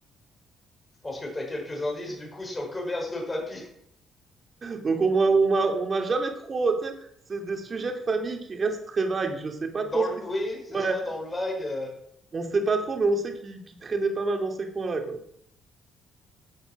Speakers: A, on the left; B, on the right.
A: Je pense que tu as quelques indices, du coup, sur le commerce de papy.
B: Donc, on m'a, on m'a, on m'a jamais trop, tu sais, c'est des sujets de famille qui restent très vagues. Je sais pas
A: Dans
B: trop ce
A: le,
B: qui se
A: oui,
B: passe.
A: c'est ça,
B: Ouais,
A: dans le vague. euh,
B: On sait pas trop, mais on sait qu'il qu'il traînait pas mal dans ces coins-là, quoi.